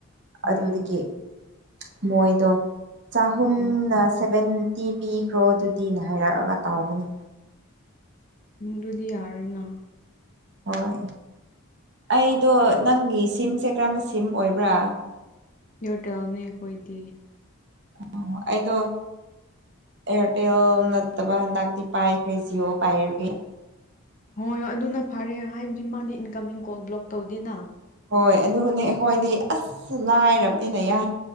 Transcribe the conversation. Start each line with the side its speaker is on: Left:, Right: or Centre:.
Left: ꯎꯝ
Right: ꯑꯗꯨꯗꯒꯤ ꯃꯣꯏꯗꯣ ꯆꯍꯨꯝꯅ
Left: ꯎꯝ
Right: ꯁꯚꯦꯟ ꯇꯤ ꯄꯤꯈ꯭ꯔꯣ ꯑꯗꯨꯗꯤꯅꯦ ꯍꯥꯏꯔꯛꯑꯒ ꯇꯥꯎꯕꯅꯤ
Left: ꯗꯨꯗꯤ ꯌꯥꯔꯣꯏꯅ
Right: ꯍꯣꯏ ꯑꯩꯗꯣ ꯅꯪꯒꯤ ꯁꯤꯝꯁꯦ ꯀꯔꯝꯕ ꯁꯤꯝ ꯑꯣꯏꯕ꯭ꯔꯥ
Left: ꯏꯌꯥꯔꯇꯦꯜꯅꯤ ꯑꯩꯈꯣꯏꯗꯤ
Right: ꯑꯣ ꯑꯩꯗꯣ ꯑꯦꯌꯥꯔꯇꯦꯜ ꯅꯠꯇꯕ ꯍꯟꯗꯛꯇꯤ ꯄꯥꯏꯈ꯭ꯔꯦ ꯖꯤꯌꯑꯣ ꯄꯥꯏꯔꯒꯤ
Left: ꯍꯣꯏ ꯍꯣꯏ ꯑꯗꯨꯅ ꯐꯔꯦ ꯍꯥꯏꯕꯗꯤ ꯃꯥꯗꯤ ꯏꯟꯀꯝꯃꯤꯡ ꯀꯣꯜ ꯕ꯭ꯂꯣꯛ ꯇꯧꯗꯦꯅ
Right: ꯍꯣꯏ ꯑꯗꯨꯅꯦ ꯑꯩꯈꯣꯏꯗꯤ ꯑꯁ ꯂꯥꯏꯔꯕꯅꯤꯅꯦ ꯌꯥ